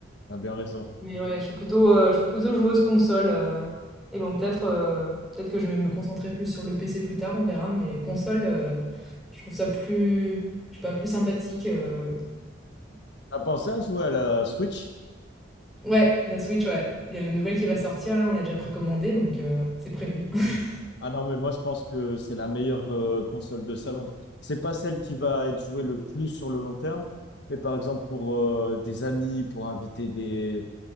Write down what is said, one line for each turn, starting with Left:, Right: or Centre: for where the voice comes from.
Left: T'as bien raison.
Centre: Mais ouais, je suis plutôt, euh, je suis plutôt joueuse console. euh. Et bon, peut-être euh, peut-être que je vais me concentrer plus sur le PC plus tard, on verra. Mais console, euh, je trouve ça plus, je sais pas, plus sympathique. euh.
Left: T'as pensé à jouer à la Switch?
Centre: Ouais, la Switch, ouais. Il y a la nouvelle qui va sortir, là, on l'a déjà précommandée, donc euh, c'est prévu. <laughs>
Left: Ah non, mais moi je pense que c'est la meilleure euh, console de salon. C'est pas celle qui va être jouée le plus sur le long terme, mais par exemple pour euh, des amis, pour inviter des,